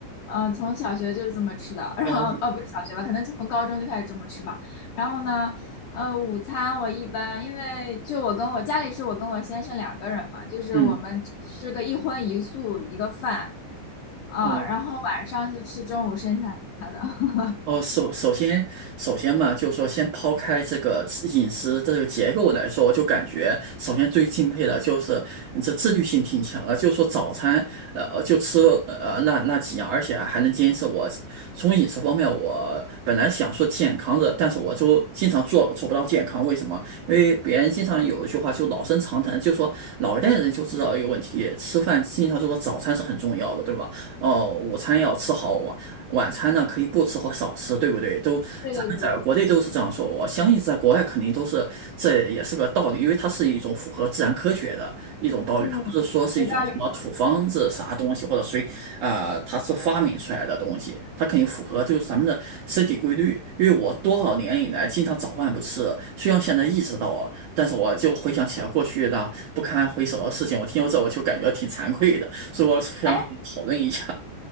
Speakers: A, on the left (about 85°); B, on the right (about 80°).
A: 嗯，从小学就是这么吃的，<laughs> 然后，
B: 哦，
A: 哦，不是小学吧，可能从高中就开始这么吃吧。然后呢，呃，午餐我一般因为就我跟我家里是我跟我先生两个人嘛，就是我们吃个一荤一素一个饭
B: 嗯，
A: 啊，
B: 哦。
A: 然后晚上就吃中午剩下的。<laughs>
B: 哦，首首先，首先嘛，就是说，先抛开这个饮食这个结构来说，我就感觉，首先最敬佩的就是你这自律性挺强的，就是说早餐，呃，呃就吃呃那那几样，而且还能坚持我。从饮食方面，我本来想说健康的，但是我就经常做做不到健康，为什么？因为别人经常有一句话就老生常谈，就说老一代人就知道一个问题，吃饭经常就说早餐是很重要的，对吧？哦，午餐要吃好，晚餐呢可以不吃或少吃，对不对？都咱们在国内都是这样说，
A: 对对对对对。
B: 我相信在国外肯定都是，这也是个道理，因为它是一种符合自然科学的一种道理，
A: 嗯，
B: 它不是说是一种什么土方子啥东西或者谁啊、
A: 有道理。
B: 它是发明出来的东西，它肯定符合就是咱们的身体规律。因为我多少年以来经常早饭不吃，虽然现在意识到啊，但是我就回想起来过去的不堪回首的事情，我听到这我就感觉挺惭愧的，所以我想讨论一下。
A: 哎，